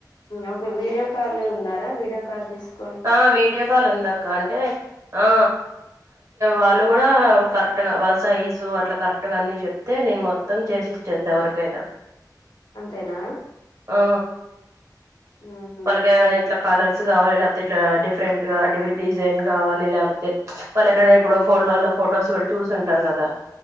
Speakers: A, on the left; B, on the right.
A: ఒక వీడియో కాల్ ఉందారా వీడియో కాల్ తీసుకు
B: ఆ వీడియో కాల్ ఉందాకా అంటే ఆ వాళ్ళు కూడా కరెక్ట్ గా వాళ్ళ సైజు అట్లా కరెక్ట్ గా అన్ని చెప్తే నేను మొత్తం చేసి ఇచ్చేంత వరకైనా
A: అంతేనా
B: ఆ
A: మ్ హు
B: వాళ్ళకి ఏమైనా ఇట్లా కలర్స్ కావాలి లేకపోతే ఇట్లా డిఫరెంట్ గా డివ్ డిజైన్ కావాలి లేకపోతే వాళ్ళు ఎక్కడన్న ఇప్పుడు ఫోన్లో ఫొటో చూసుంటారు కద